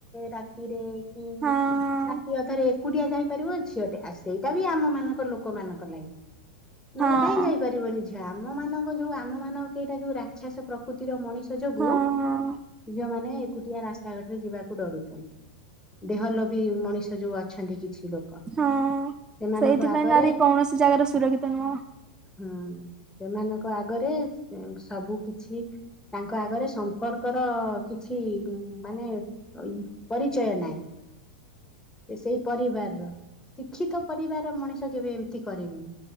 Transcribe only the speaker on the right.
ହଁ।
ହଁ
ହଁ ହଁ
ହଁ,
ସେଇଥିପାଇଁ
ନାରୀ କୌଣସି ଜାଗାରେ ସୁରକ୍ଷିତ ନୁହଁ।